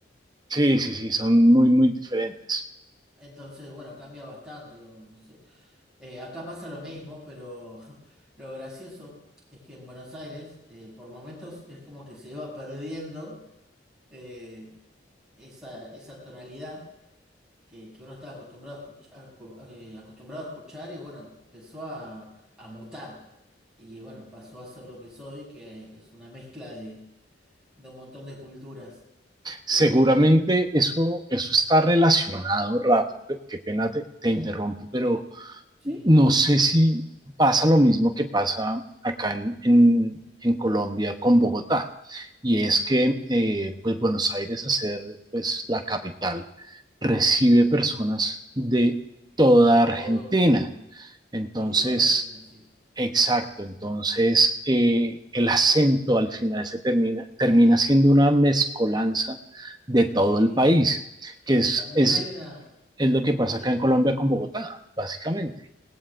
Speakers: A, on the right; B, in the centre.
A: sí, sí, sí, son muy, muy diferentes.
B: Entonces, bueno, cambia bastante, o no sé. Eh, acá pasa lo mismo, pero <laughs> lo gracioso es que en Buenos Aires, eh, por momentos, es como que se iba perdiendo eh, esa, esa tonalidad. que, que uno estaba acostumbrado a escuchar, acostumbrado a escuchar y bueno, empezó a, a mutar. Y bueno, pasó a ser lo que soy, que es una mezcla de, de un montón de culturas.
A: Seguramente
B: Eh,
A: eso, eso está relacionado, Rafa, qué pena te, te interrumpo, pero
B: sí,
A: No sé si pasa lo mismo que pasa acá en, en- en Colombia con Bogotá, y es que eh, pues Buenos Aires, a ser pues, la capital, recibe personas de toda
B: todo
A: Argentina.
B: el mundo.
A: Entonces,
B: Y toda Argentina, sí.
A: exacto, entonces eh, el acento al final se termina, termina siendo una mezcolanza de todo
B: Sí.
A: el país, que es,
B: También
A: es,
B: hay una,
A: es lo que pasa
B: sí.
A: acá en Colombia con Bogotá, básicamente.